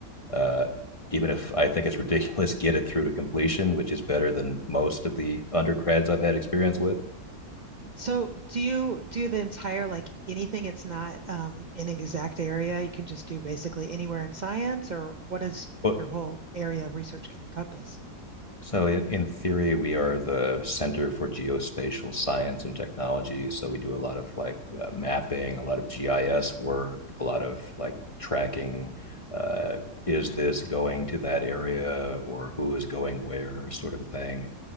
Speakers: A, on the left (about 25°); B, on the right (about 75°).
A: uh, even if I think it's ridiculous, get it through to completion, which is better than most of the undergrads I've had experience with.
B: So do you do the entire like anything it's not um, an exact area? You can just do basically anywhere in science, or what does
A: But
B: your whole area of research encompass?
A: so in, in theory, we are the Center for Geospatial Science and Technology. So we do a lot of like uh, mapping, a lot of GIS work, a lot of like tracking. Uh, is this going to that area or who is going where, sort of a thing.